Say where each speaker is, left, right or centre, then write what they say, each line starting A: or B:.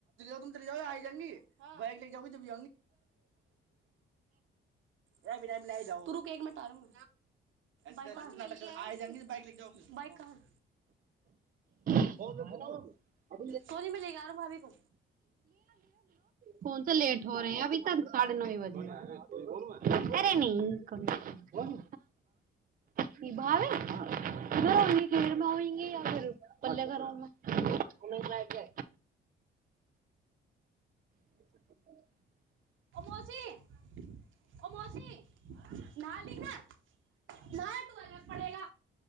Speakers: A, on the right; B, on the right.
A: त चल जा आ जाएगी बइक ले जाउगी तबी जाउगी तू रुक एक मीनट आराउ मैं आ जायेंगी बक ले जा कह
B: <unintelligible>
A: कोनी में लेके आ रह भाभी को
B: फोन तऽ लेट हो रहे ह अभी तन साढ़े नओ बजे करे अरे नयि <unintelligible> भावे उधरंगे खरमे होंगे या फेर <unintelligible> पल करोमेै <unintelligible>
A: ओ मौसीओ मौसी नहा ली ना नहाय तू अलग पड़ेगा